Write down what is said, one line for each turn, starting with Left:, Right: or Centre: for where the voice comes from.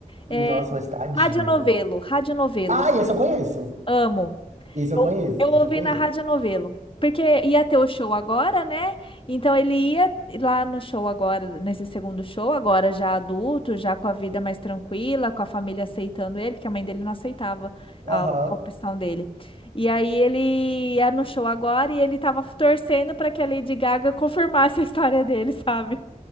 Right: Nossa,
Left: É,
Right: mas tadinho.
Left: Radionovelo, Radionovelo.
Right: Ah, esse eu conheço.
Left: Amo.
Right: Isso eu
Left: Eu,
Right: conheço,
Left: eu
Right: isso
Left: ouvi
Right: eu conheço.
Left: na Rádio Novelo. Porque ia ter o show agora, né? Então ele ia lá no show agora, nesse segundo show, agora já adulto, já com a vida mais tranquila, com a família aceitando ele, porque a mãe dele não aceitava
Right: Aham.
Left: a, a opção dele. E aí ele ia no show agora e ele tava torcendo para que a Lady Gaga <laughs> confirmasse a história dele, sabe?